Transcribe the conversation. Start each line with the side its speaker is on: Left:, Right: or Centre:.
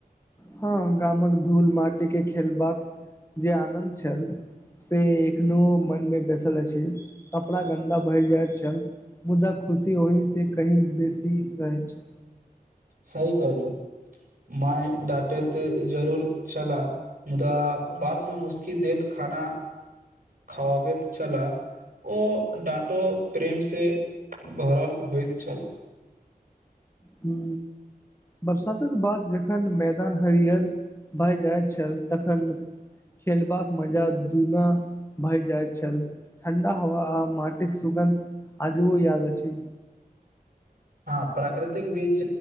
Left: हा गाम कऽ धूल माटिके खेलबाक जे आनन्द छल से एखनो मन मे बैसल अछि कपड़ा गन्दा भहि जाइत छल। मुदा खुशी ओहिसँ कही बेसी रहैत छल।
Right: सही कहलू माय डाटे तऽ जरूर चला मुदा बाद मे मुसकि देत खाना खवाबैत चला ओ डाटो प्रेम से भरल होइत छल
Left: हू। बरसातकऽ बाद जखन मैदान हरियर भए जाइत छल तखन खेलबाक मजा दुना भए जाइत छल ठण्डा हवा मटिक सुगन्ध आजबो याद अछि
Right: ह प्राकृतिक बीच